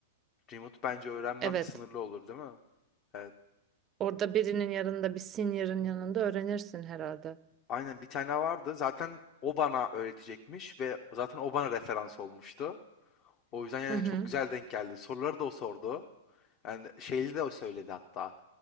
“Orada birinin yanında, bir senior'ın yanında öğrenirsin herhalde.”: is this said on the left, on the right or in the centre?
Right